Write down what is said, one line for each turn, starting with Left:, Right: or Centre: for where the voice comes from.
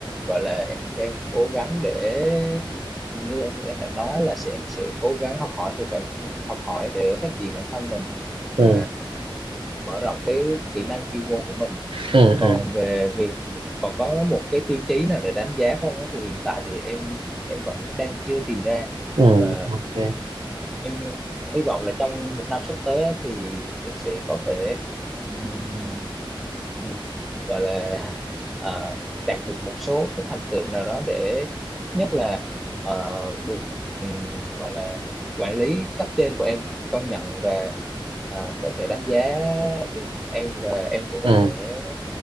Centre: gọi là em cũng đang cố gắng để như anh như em đã nói là sẽ em sẽ cố gắng học hỏi từ bản học hỏi để phát triển bản thân mình và
Right: ừ
Centre: mở rộng cái kỹ năng chuyên môn của mình
Right: ừ
Centre: còn
Right: ừ
Centre: về việc còn có một cái tiêu chí nào để đánh giá không á thì hiện tại thì em em vẫn đang chưa tìm ra
Right: ừ
Centre: và
Right: ok
Centre: em hy vọng là trong một năm sắp tới á thì em sẽ có thể ừm, ừm, gọi là <laughs> ờ, đạt được một số cái thành tựu nào đó để ít nhất là ờ, được ừm, gọi là quản lý cấp trên của em công nhận và ờ, có thể đánh giá được em và em cũng
Right: ừ
Centre: có thể